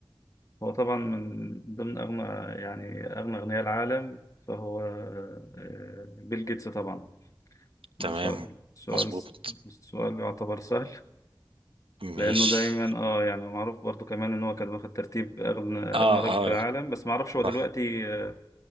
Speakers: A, on the left (about 40°); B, on the right (about 85°).
A: هو طبعا من ضمن أغنى يعني أغنى أغنياء العالم فهو آه، بيل جيتس طبعا هو
B: تمام
A: سؤال سؤال
B: مظبوط
A: سؤال يعتبر سهل
B: ماشي
A: لأنه دايما اه يعني معروف برضو كمان إن هو كان واخد ترتيب أغنى أغنى
B: اه
A: راجل
B: اه
A: في العالم بس معرفش هو دلوقتي
B: صح
A: آه،